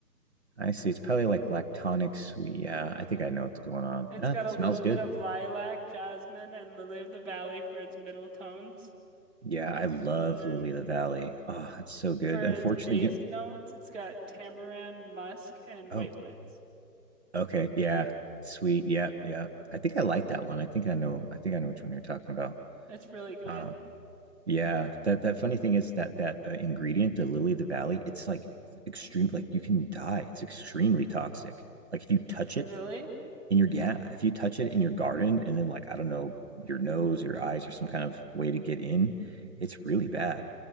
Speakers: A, on the right (about 40°); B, in the centre.
A: I see. It's probably like lactonic sweet. Yeah, I think I know what's going on.
B: It's
A: That
B: got a
A: smells
B: little
A: good.
B: bit of lilac, jasmine, and lily of the valley for its middle tones.
A: Yeah, I love
B: And then
A: Lily of the Valley. Oh, it's so good.
B: for
A: Unfortunately,
B: its bass
A: you-
B: notes, it's got tamarind, musk, and
A: oh,
B: whitewoods.
A: okay, yeah, sweet. Yeah, yeah. I think I like that one. I think I know. I think I know which one you're talking about.
B: That's really good.
A: Uh, Yeah, that that funny thing is that that uh, ingredient, the lily of the valley, it's like extreme. Like you can die. It's extremely toxic. Like if you touch it
B: Really?
A: in your yeah, if you touch it in your garden, and then like I don't know your nose, your eyes, or some kind of way to get in, it's really bad.